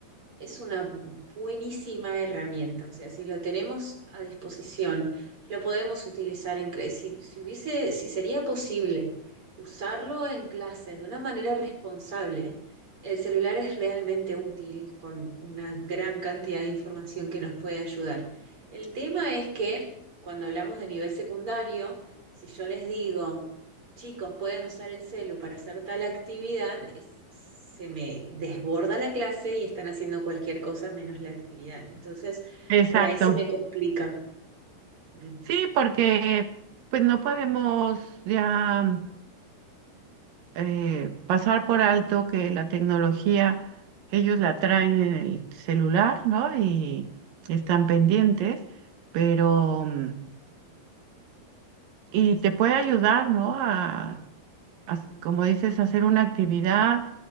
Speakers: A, on the right; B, on the right.
A: es una buenísima herramienta, o sea, si lo tenemos a disposición, lo podemos utilizar en clase. Si, si hubiese, si sería posible usarlo en clase de una manera responsable, el celular es realmente útil con una gran cantidad de información que nos puede ayudar. El tema es que cuando hablamos de nivel secundario, si yo les digo, chicos pueden usar el celu para hacer tal actividad, es- se me desborda la clase y están haciendo cualquier cosa menos la actividad. Entonces,
B: Exacto.
A: por ahí se me complica. Ujú,
B: Sí, porque pues no podemos ya mm, eh, pasar por alto que la tecnología, ellos la traen en el celular, ¿no? Y están pendientes, pero... mm, Y te puede ayudar, ¿no? A, a, como dices, hacer una actividad